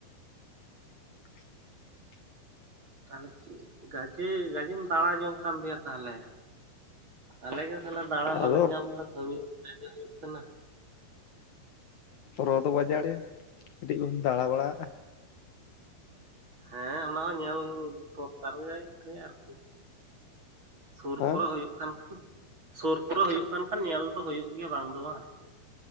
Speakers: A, on the left; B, on the right.
A: <inaudible>
B: ᱛᱟᱦᱞᱮ ᱜᱟᱡᱮ ᱜᱟᱡᱮᱢ ᱫᱟᱬᱟ ᱡᱚᱝ ᱠᱟᱱ ᱫᱚᱭᱟ ᱛᱟᱦᱞᱮ? ᱟᱞᱮ ᱜᱮ ᱥᱟᱞᱟ ᱫᱟᱸᱬᱟ ᱵᱟᱞᱮ
A: ᱟᱫᱚ
B: ᱧᱟᱢᱫᱟ ᱠᱟᱹᱢᱤ <inaudible> ᱦᱩᱭᱩᱜ ᱠᱟᱱᱟ᱾
A: ᱨᱚᱛ ᱵᱟᱡᱟᱲ ᱭᱟ ᱠᱟᱹᱴᱤᱡ ᱵᱚᱱ ᱫᱟᱬᱟ ᱵᱟᱲᱟᱣᱟᱜᱼᱟ᱾
B: ᱦᱮᱸ ᱚᱱᱟ ᱦᱚᱸ ᱧᱮᱞ ᱫᱚᱨᱠᱟᱨ ᱜᱮ ᱟᱨᱠᱤ᱾ ᱥᱩᱨ
A: ᱦᱮᱸ
B: ᱠᱚᱨᱮ ᱦᱩᱭᱩᱜ ᱠᱟᱱ ᱠᱷᱟᱱ ᱥᱳᱨ ᱠᱚᱨᱮ ᱦᱳᱭᱳᱜ ᱠᱟᱱ ᱠᱷᱟᱱ ᱧᱮᱞ ᱫᱚ ᱦᱳᱭᱳᱜ ᱜᱮᱭᱟ᱾ ᱵᱟᱝ ᱫᱚ ᱵᱟᱝ ᱟᱨᱠᱤ